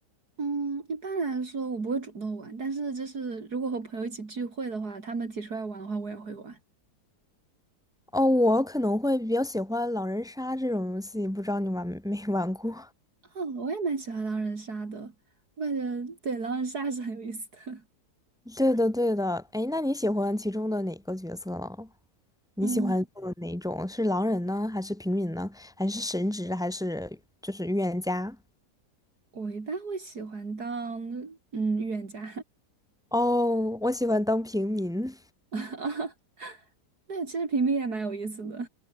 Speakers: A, on the right (about 65°); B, in the centre.
A: 嗯，一般来说我不会主动玩，但是就是如果和朋友一起聚会的话，他们提出来玩的话，我也会玩。
B: 哦，我可能会比较喜欢狼人杀这种游戏，不知道你玩没玩过？
A: 哦，我也蛮喜欢狼人杀的，我感觉对狼人杀是很有意思的。<laughs>
B: 对的，对的。哎，那你喜欢其中的哪个角色呢？你喜欢做哪一种？
A: 嗯，
B: 是狼人呢，还是平民呢，还是神职，还是就是预言家？
A: 我一般会喜欢当嗯预言家，
B: 哦，我喜欢当平民，
A: <laughs> 那其实平民也蛮有意思的。